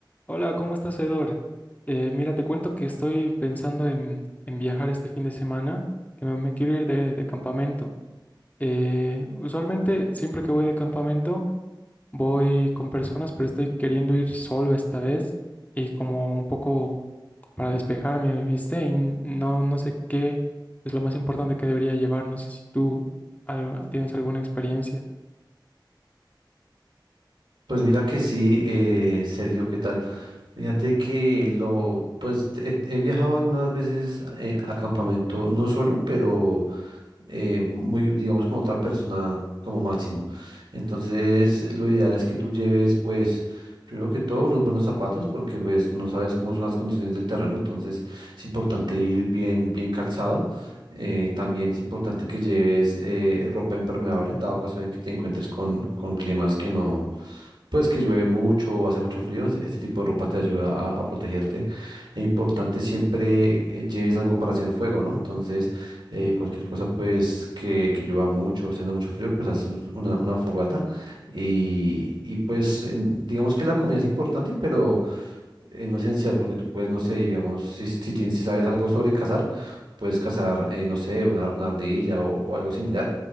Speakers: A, on the left (about 20°); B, on the right (about 75°).
A: Hola, ¿cómo estás, Edor? Eh, mira, te cuento que estoy pensando en, en viajar este fin de semana, que me, me quiero ir de, de campamento. Eh, usualmente, siempre que voy de campamento, voy con personas, pero estoy queriendo ir solo esta vez y como un poco para despejarme, ¿viste? Y no, no sé qué es lo más importante que debería llevar. No sé si tú algo- tienes alguna experiencia.
B: Pues mira que sí, eh, Sergio, ¿qué tal? Fíjate que lo, pues he, he viajado algunas veces eh, a campamento, no solo, pero eh, muy, digamos, con otra persona como máximo. Entonces, lo ideal es que tú lleves, pues, primero que todo, unos buenos zapatos, porque pues no sabes cómo son las condiciones del terreno, entonces es importante ir bien, bien calzado. Eh, también es importante que lleves eh, ropa impermeable en dado caso de que te encuentres con, con climas que no pues que llueve mucho o hace mucho frío, este este tipo de ropa te ayuda a, a protegerte. Es importante siempre eh, lleves algo para hacer fuego, ¿no? Entonces, eh, cualquier cosa pues que, que llueva mucho, o haciendo mucho frío, pues haces una, una fogata y, y pues en- digamos que la comida es importante, pero eh, no esencial, porque tú puedes, no sé, digamos, si, si, tienes- si sabes algo sobre cazar, puedes cazar, eh, no sé, una, una ardilla o, o algo similar,